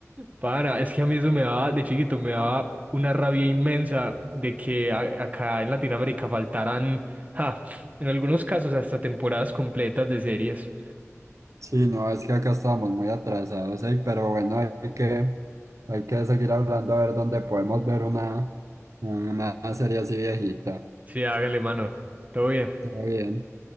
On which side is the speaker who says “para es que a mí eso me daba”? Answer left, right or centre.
Right